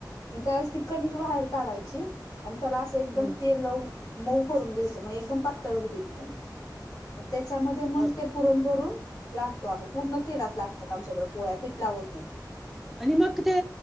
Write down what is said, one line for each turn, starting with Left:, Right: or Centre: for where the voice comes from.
Left: म काय असती कणीक बाहेर काढायची अन त्याला असं एकदम
Centre: हम्म.
Left: तेल लावून मऊ करून घ्यायच मग एकदम पातळ होऊ दे ती कणीक. त्याच्यामध्ये मग
Centre: अ-
Left: ते पुरण भरून लाटतो आम्ही पुर्ण तेलात लाटतात आमच्याकडं पोळ्या पीठ लावत नाही.
Centre: आणि मग ते